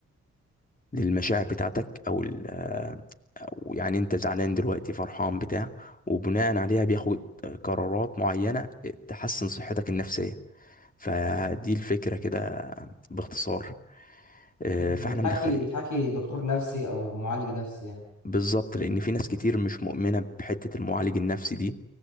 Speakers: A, on the left (about 25°); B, on the left (about 70°).
A: للمشاعر بتاعتك او ال أو يعني انت زعلان دلوقتي فرحان بتاع وبناء عليها بياخد قرارات معينة تحسن صحتك النفسية فدي الفكرة كده باختصار آه، فاحنا
B: بتحكي
A: مدخلين
B: بتحكي دكتور نفسي او معالج نفسي يعني
A: بالظبط لان في ناس كتير مش مؤمنه بحته المعالج النفسي دي